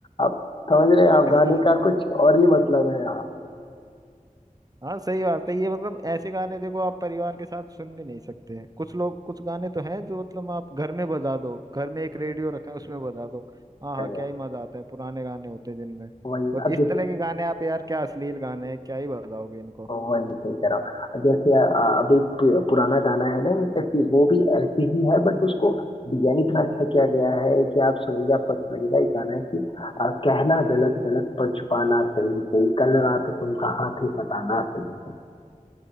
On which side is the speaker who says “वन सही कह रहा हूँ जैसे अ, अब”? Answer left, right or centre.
Left